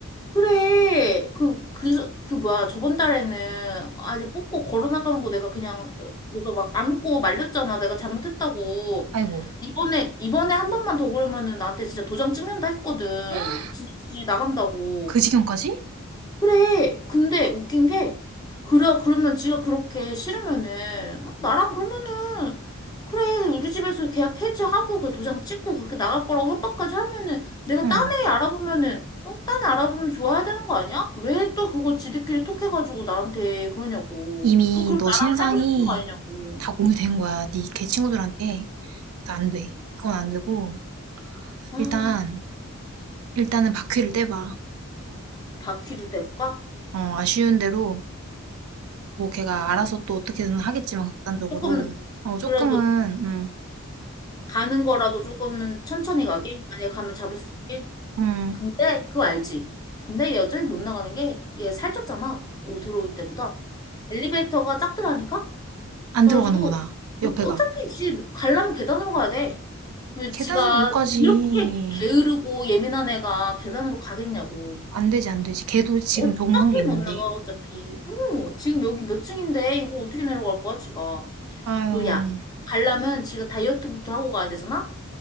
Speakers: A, on the left; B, on the right.
A: 그래. 그, 그, 그 뭐야. 저번 달에는 아직 뽑고 걸어나가는 거 내가 그냥 내가 막 안고 말렸잖아. 내가 잘못했다고.
B: 아이고,
A: 이번에, 이번에 한 번만 더 그러면은 나한테 진짜 도장 찍는다 했거든.
B: <gasps>
A: 진짜, 진짜 나간다고.
B: 그 지경까지?
A: 그래. 근데 웃긴 게, 그러 그러면 지가 그렇게 싫으면은, 어, 나랑 그러면은, 그래, 우리 집에서 계약 해지하고, 그 도장 찍고, 그렇게 나갈 거라고 협박까지 하면은, 내가
B: 응.
A: 딴 애 알아보면은, 어, 딴 애 알아보면 좋아야 되는 거 아니야? 왜 또 그거 지들끼리 톡해가지고 나한테 그러냐고.
B: 이미
A: 또 그럼
B: 너
A: 나랑
B: 신상이
A: 살고 싶은 거 아니냐고.
B: 다 공유된 거야, 니 걔 친구들한테. 그러니까 안 돼. 이건 안 되고,
A: 아,
B: 일단, 일단은 바퀴를 떼봐.
A: 바퀴를 댈까?
B: 어, 아쉬운 대로 뭐 걔가 알아서 또 어떻게든 하겠지만 극단적으로
A: 조금,
B: 어
A: 그래도
B: 조금은
A: 가는 거라도 조금은 천천히 가게? 만약에 가면 잡을 수 있게?
B: 음어음음아아 안
A: 근데 그거 알지? 근데 여전히 못 나가는 게 얘 살쪘잖아. 오 들어올 때보다 엘리베이터가 작더라니까. 그래가지고
B: 들어가는구나
A: 어,
B: 옆에가
A: 어차피 지 가려면 계단으로 가야 돼. 왜
B: 계단으로
A: 지가
B: 못 가지
A: 그렇게 게으르고 예민한 애가 계단으로 가겠냐고.
B: 안 되지 안 되지 걔도 지금
A: 어차피
B: 적응한 게 있는데
A: 못 나가 어차피. 어, 지금 여기 몇 층인데 이거 어떻게 내려갈 거야 지가.
B: 아유
A: 그리고 야 가려면 지가 다이어트부터 하고 가야 되잖아.